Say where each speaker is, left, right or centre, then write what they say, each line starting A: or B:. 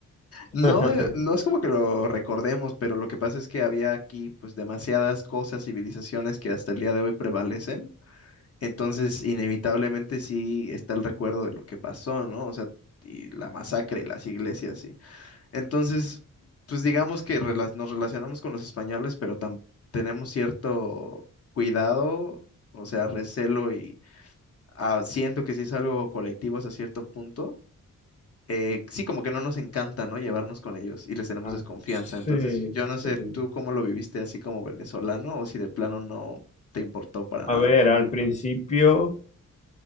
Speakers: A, on the left; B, on the left.
A: No,
B: <laughs>
A: eh, no es como que lo recordemos, pero lo que pasa es que había aquí pues demasiadas cosas, civilizaciones que hasta el día de hoy prevalecen. Entonces, inevitablemente sí está el recuerdo de lo que pasó, ¿no? O sea, y la masacre y las iglesias, sí. Entonces, pues digamos que rela- nos relacionamos con los españoles, pero tam- tenemos cierto cuidado, o sea, recelo y ah, siento que sí es algo colectivo hasta cierto punto eh, sí, como que no nos encanta, ¿no? Llevarnos con ellos y les tenemos
B: Ah,
A: desconfianza.
B: Sí,
A: Entonces, yo no sé
B: sí.
A: tú cómo lo viviste así como venezolano o si de plano no te importó para nada.
B: A ver, al principio,